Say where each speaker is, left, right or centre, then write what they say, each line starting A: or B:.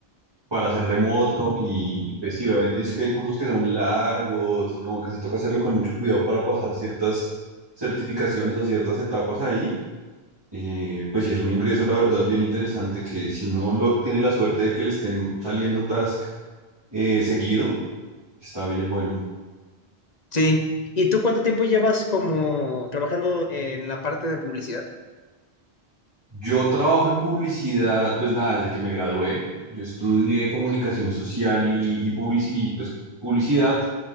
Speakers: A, on the right; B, on the left.
A: para hacer remoto y pues sí, obviamente dice que hay cursos que son largos y como que sí toca hacerlo con mucho cuidado para pasar ciertas certificaciones o ciertas etapas ahí. Eh, pues sí es un ingreso, la verdad, bien interesante que si uno lo, tiene la suerte de que le estén saliendo task eh, seguido, está bien bueno.
B: Sí. ¿Y tú cuánto tiempo llevas como trabajando en la parte de publicidad?
A: Yo trabajo en publicidad, pues nada, desde que me gradué. Yo estudié comunicación social y, y publici- y, pues, publicidad